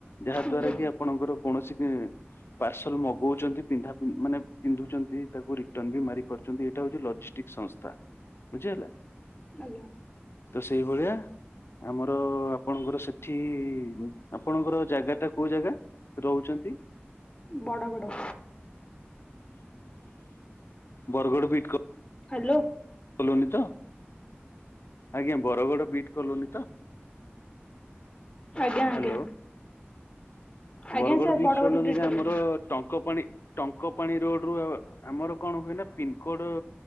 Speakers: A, on the left (about 65°); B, on the left (about 20°).
A: ଯାହା
B: ଆଜ୍ଞା
A: ଦ୍ଵାରା କି ଆପଣଙ୍କର କୌଣସି କି ପାର୍ସଲ ମଗଉଚନ୍ତି ପିନ୍ଧା ମାନେ ପିନ୍ଧୁଚନ୍ତି। ତାକୁ ରିଟର୍ନ ବି ମାରି ପାରୁଚନ୍ତି। ଏଇଟା ହୋଉଚି ଲଜିଷ୍ଟିକ ସଂସ୍ଥା ବୁଝିହେଲା?
B: ଆଜ୍ଞା।
A: ସେଇ ଭଳିଆ ଆମର ଆପଣଙ୍କର ସେଠି ଆପଣଙ୍କର ଜାଗାଟା କୋଉ ଜାଗା ରହୁଚନ୍ତି?
B: ବଡ଼ ବଡ଼
A: ବରଗଡ଼ ବିିଟ କ
B: ହାଲୋ।
A: କଲୋନି ତ? ଆଜ୍ଞା ବରଗଡ଼ ବିଟ କଲୋନୀ ତ?
B: ଆଜ୍ଞା
A: ହାଲୋ
B: ଆଜ୍ଞା ଆଜ୍ଞା
A: ବରଗଡ଼
B: ସାର୍
A: ବିଟ
B: ବଡଗଡ
A: କଲୋନୀରେ
B: ରୁ ଡିଲିଟ କଲିଣି
A: ଆମର ଟଙ୍କପାଣି ଟଙ୍କପାଣି ରୋଡରୁ ଆଉ ଆମର କଣ ହୁଏ ନାଁ ପିନକୋଡ